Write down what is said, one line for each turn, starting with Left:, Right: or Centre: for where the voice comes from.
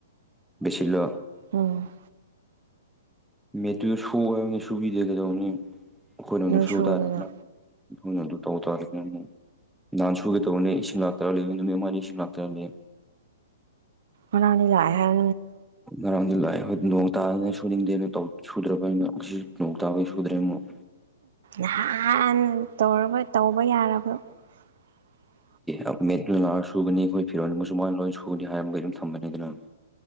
Centre: ꯁꯂꯣ
Right: ꯎꯝ
Centre: ꯃꯦꯠꯇꯨꯗ ꯁꯨꯕꯅꯤ ꯁꯨꯕꯤꯗꯦ ꯀꯩꯗꯧꯅꯤ ꯑꯩꯈꯣꯏꯅꯅ
Right: ꯅꯣꯏ ꯁꯨꯗꯅ
Centre: ꯁꯨꯕ ꯇꯥꯔꯅꯤꯅ ꯑꯩꯈꯣꯏꯅ ꯑꯗꯨ ꯇꯧ ꯇꯥꯔꯒ ꯑꯃ ꯅꯍꯥꯟ ꯁꯨꯒꯦ ꯇꯧꯕꯅꯦ ꯏꯁꯤꯡ ꯂꯥꯛꯇꯔ ꯂꯩ ꯅꯨꯃꯤꯃꯅꯤ ꯏꯁꯤꯡ ꯂꯥꯛꯇꯔꯅꯤ
Right: ꯑꯅꯅꯤ ꯂ ꯍꯥꯏ
Centre: ꯑꯍꯃꯗ ꯂ ꯑꯩꯏ ꯅꯣꯡ ꯇꯥꯗꯅ ꯁꯨꯅꯤꯡꯗꯦ ꯑꯗꯨ ꯁꯨꯗ꯭ꯔꯕꯩꯅ ꯉꯁꯨ ꯅꯣꯡ ꯇꯥꯕꯩ ꯁꯨꯗ꯭ꯔꯦ ꯑꯃꯨꯛ
Right: ꯎꯍꯥꯟꯅ ꯇꯧꯔꯕ ꯇꯧꯕ ꯌꯥꯔꯕ <inaudible>
Centre: ꯑꯦ ꯃꯦꯗꯨꯜ ꯂ ꯁꯨꯒꯅꯤ ꯑꯩꯈꯣꯏ ꯐꯤꯔꯣꯟꯜ ꯑꯃꯁꯨ ꯃꯥꯅ ꯂꯣꯏꯅ ꯁꯨꯅꯤ ꯍꯥꯏꯔꯝꯕ ꯑꯗꯨꯝ ꯊꯝꯕꯅꯤ ꯑꯗꯨꯅ